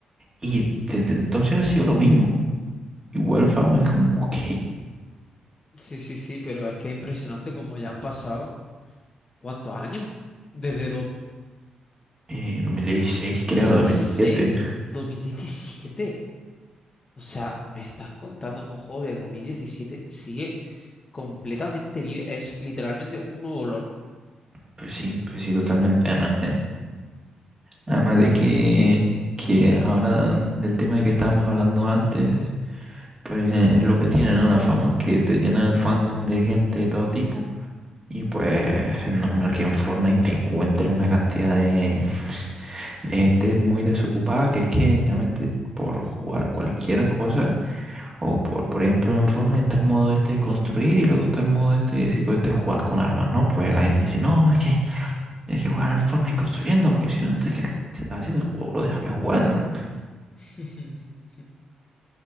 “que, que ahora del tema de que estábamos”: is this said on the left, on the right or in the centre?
Right